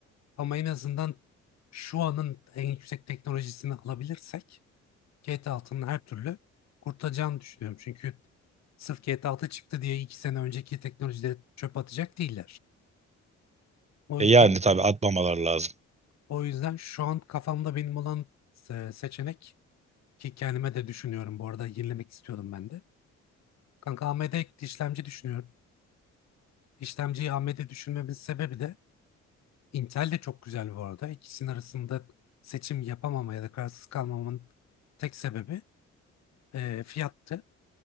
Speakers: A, on the left; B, on the right.
A: Ama en azından şu anın en yüksek teknolojisini alabilirsek GTA 6'nın her türlü kurtulacağını düşünüyorum. Çünkü sırf GTA altı çıktı diye iki sene önceki teknolojileri çöp atacak değiller. O
B: E,
A: yüzden
B: yani tabii atmamaları lazım.
A: O yüzden şu an kafamda benim olan se- seçenek ki kendime de düşünüyorum bu arada yenilemek istiyordum ben de. Kanka AMD işlemci düşünüyorum. İşlemciyi AMD düşünmemin sebebi de Intel de çok güzel bu arada. İkisinin arasında seçim yapamama ya da kararsız kalmamın tek sebebi e, fiyattı.